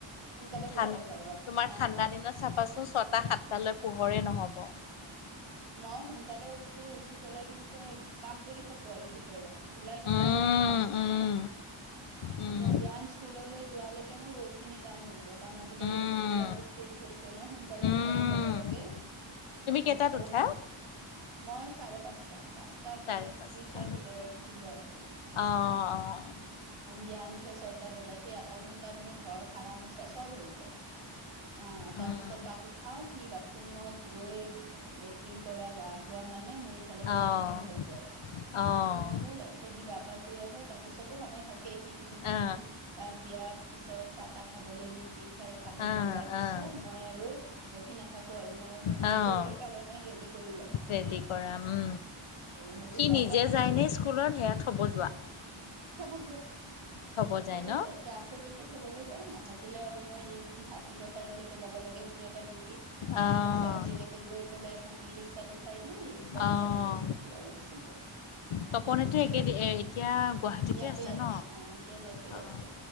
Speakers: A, on the right; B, on the left.
A: সোনকালে
B: থান
A: পোহৰ হয় বাপ
B: তোমাৰ
A: অ
B: ঠাণ্ডা
A: মই
B: দিনত চাবাচোন ছয়টা সাতটালৈ পোহৰে নহ'ব।
A: মই সোনকালে উঠো উঠি পেলাই কিন্তু কাম কৰি থাকো আৰু ভিতৰত ওলাই নাযাওঁ
B: উম,
A: আৰু
B: উম, উম,
A: মানে জ্ঞান স্কুললৈ যোৱালৈকে মোৰ বহুতখিনি কাম হৈ যায়। কাৰণ আজিকালি
B: উম,
A: অফিচ বিলাকো ষ্ট্ৰিক্ট হৈছে ন সোনকালে
B: উম।
A: সোনকালে যাব লাগে। সেইকাৰণে
B: তুমি কেইটাত
A: আৰু
B: উঠা?
A: মই চাৰে পাঁচটাত পাঁচটা বি
B: চাৰে পাঁচটা
A: ত্ৰিশৰ ভিতৰত উঠি যাওঁ আৰু
B: অ',
A: কাৰণ
B: অ',
A: জ্ঞান উঠে ছয়টা বজাত সেই আধা ঘন্টাত মোৰ ঘৰ সাৰ মোচা চব হৈ যায় অ
B: উম,
A: তাৰ পিছত তাক উঠাও সি বাট থৰুমত গৈ লেট্ৰিন কৰা গা ধোৱা মানে মোৰ ইফালে তাৰ
B: অ',
A: টিফিন হৈ যায়।
B: অ',
A: টিফিন মাৰি যায় তাৰপিছত সি গা পা ধুই আহে তাৰপিছতো সময় থাকে সি টিফিন চিফিন
B: আ,
A: তাক দিয়া। পিছত চাহ তাহ খাবলৈ দি যি খাই খাবলৈ
B: আ, আ,
A: দিয়াৰ পিছত
B: আ।
A: মই আৰু ৰখি নাথ থাকো আৰু মই
B: অ'
A: দুপৰীয়াৰ কাৰণে কৰি লওঁ
B: ৰেডি কৰা উম
A: কৰি মেলি
B: সি
A: গা
B: নিজে
A: পা ধুই
B: যায়নে স্কুলত সেয়া থ'ব যোৱা।
A: থব যে
B: থ'ব
A: থবো
B: ন?
A: যায় এতিয়া আছে যেতিয়া থবলৈ যায় নাথাকিলে আৰু মই এই হাতী গড় চাৰিআলিলৈকে যাব লাগে সেইটো এটা ডিউটি
B: অ'
A: হাতীগড় চাৰিআলি লৈকে গৈ পেলাই এখন ই ৰিক্সাত উঠাই দিও ই ৰিক্সাত
B: অ'
A: উঠাই দিয়াৰ পিছত সি আৰু গুচি যায়।
B: তপনেতো একেদ এ এতিয়া। গুৱাহাটীতে
A: ইয়াতে
B: আছে ন
A: অ এতিয়া ইয়াতে
B: অঁ
A: আছে